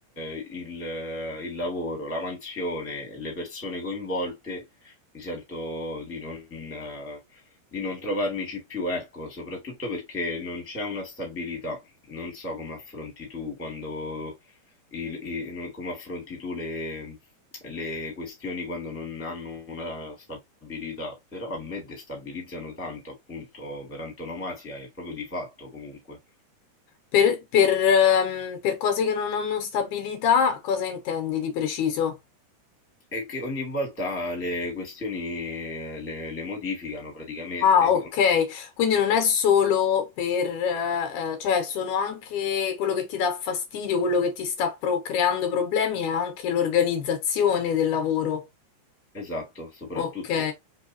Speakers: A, in the centre; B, on the left.
A: eh, il, eh, il lavoro, la mansione, le persone coinvolte, mi sento di non, eh, di non trovarmici più, ecco, soprattutto perché non c'è una stabilità. Non so come affronti tu quando il- i- no, come affronti tu le, le questioni quando non hanno una stabilità, però a me destabilizzano tanto, appunto, per antonomasia è proprio di fatto comunque.
B: Per, per ehm, per cose che non hanno stabilità, cosa intendi di preciso?
A: E che ogni volta le questioni le, le modificano praticamente.
B: Ah, ok, quindi non è solo per, eh, cioè sono anche quello che ti dà fastidio, quello che ti sta pro- creando problemi, è anche l'organizzazione del lavoro.
A: Esatto, soprattutto,
B: Ok,